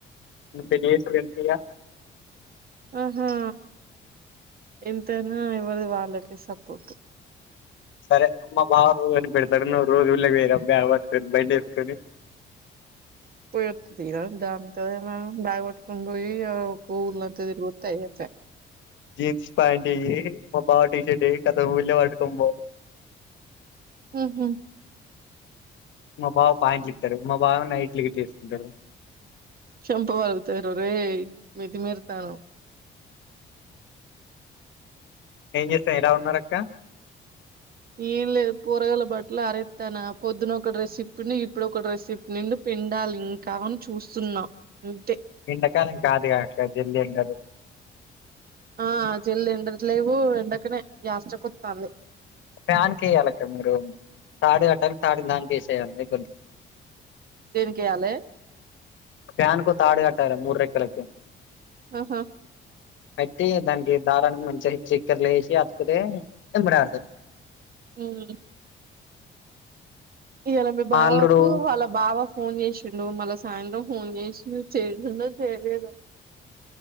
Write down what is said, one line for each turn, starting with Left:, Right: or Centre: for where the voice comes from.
Left: నిన్ను పెళ్ళి చేసుకున్నది ఎందుకు ఇగ
Right: ఆహా ఎంతైనా ఎవరిది వాళ్ళకి సపోర్ట్
Left: సరే మా బావ రోజు వండి పెడతాడు నువ్ రోజు ఊర్లోకి వోయిరాపో బ్యాగ్ పట్టుకోని బండి వేసుకొని
Right: పోయి వత్తతీరా దాంతో ఏమని బ్యాగ్ పట్టుకుని పోయి ఆడ ఒక ఊళ్ళంతా తిరుగుతే ఆయేపాయ్
Left: జీన్స్ ప్యాంట్ వెయ్యి మా బావ టీషర్ట్ ఏయ్ కథం ఊళ్ళో పట్టుకొని వో
Right: మ్మ్ హ్
Left: మా బావ పాయింట్లు ఇత్తాడు మా బావ నైటీలు గిట్లా వేసుకుంటాడు
Right: చంపపలుగుతాది రొరై మితిమీరుతానవ్
Left: ఏం చేస్తావ్ ఎలా ఉన్నారు అక్క
Right: ఏం లేదు పోరగాల్ల బట్టలు ఆరేత్తనా పొద్దున ఒక డ్రెస్ ఇప్పిండు ఇప్పుడు ఒక డ్రెస్ ఇప్పినుండు పిండాలి ఇంకా అని చూస్తున్నా అంతే
Left: ఎండాకాలం కాదుగాక్క జల్ది ఎండదు
Right: ఆ జల్ల్ ఎండట్లేవు ఎండకనే యాసిరికొత్తాంది
Left: ప్యాన్ కేయ్యాలి అక్క మీరు తాడు కట్టాలి తాడు దానికేసేయాలి అయిపోద్ది
Right: దేనికేయాలె
Left: ఫ్యాన్ కు తాడు కట్టాల మూడు రెక్కలకి
Right: ఆహా
Left: పెట్టి దానికి దారానికి మంచిగా చక్కెరలు వేసి అతుకుతే ఎంబడే ఆరుతాయ్
Right: ఉమ్ ఇయాలా మీ బావకు
Left: మా అల్లుడు
Right: అలా బావా ఫోన్ చేసిండు మళ్ళా సాయంత్రం ఫోన్ చేసి చేసిండో చేయలేదో